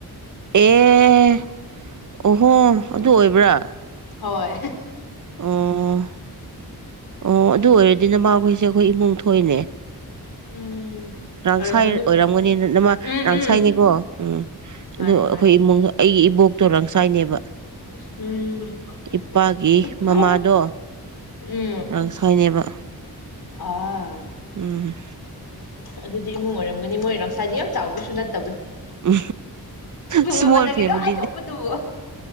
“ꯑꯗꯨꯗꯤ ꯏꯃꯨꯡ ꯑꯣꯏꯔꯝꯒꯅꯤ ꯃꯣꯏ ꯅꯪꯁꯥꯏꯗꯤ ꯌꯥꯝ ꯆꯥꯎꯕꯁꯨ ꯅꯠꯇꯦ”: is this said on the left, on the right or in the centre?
Left